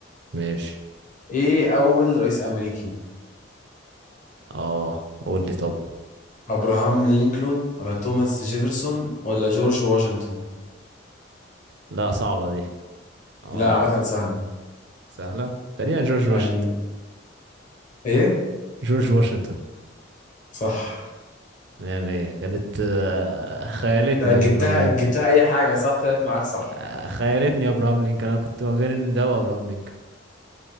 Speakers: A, on the right; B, on the left.
A: ماشي
B: ايه اول رئيس امريكي
A: اه قول لي طب
B: ابراهام لينكولن ولا توماس جيفرسون ولا جورج واشنطن
A: لا صعبة دي اه
B: لا عامه سهل
A: سهلة تقريبا جورج واشنطن
B: يعني ايه
A: جورج واشنطن
B: صح
A: مية مية كانت آه، خيالتني
B: انت جبتها
A: يا ابراهام لينكولن
B: جبتها اي حاجه صح طلعت معاك صح
A: آه، خيالتني يا ابراهام لينكولن انا كنت ما بين ده وابراهام لينكولن